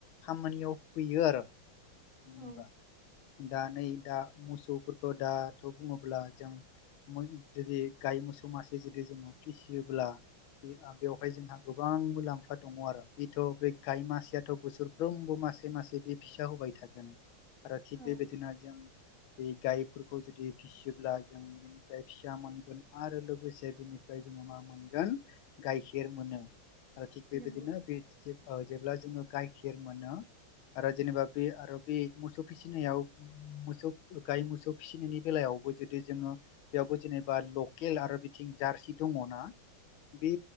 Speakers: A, on the left; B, on the right.
A: खामानियाव हैयो आरो होमबा
B: औ
A: दा नै दा मोसौफोरखौ दाथ' बुङोब्ला जों जुदि गाय मोसौ मासे जुदि जोङो फिसियोब्ला बेवहाय जोंहा गोबां मुलाम फा दङ आरो बे थ' बे गाय मासेयाथ' बोसोरफ्रोमबो मासे मासे बे फिसा होबाय थागोन आरो
B: औ
A: थिग बेबायदिनो जों बे गायफोरखौ जुदि फिसियोब्ला जों बेनिफ्राय फिसा मोनगोन आरो लोगोसे बेनिफ्राय जोङो मा मोनगोन गाइखेर मोनो आरो थिग
B: नंगौ
A: बेबायदिनो बे <unintelligible> जेब्ला जोङो गाइखेर मोनो आरो जेनेबा बे आरो बे मोसौ फिसिनायाव मोसौ गाय मोसौ फिसिनायनि बेलायावबो जुदि जोङो बेयावबो जेनेबा ल केल आरो बिथिं जारसि दङना बे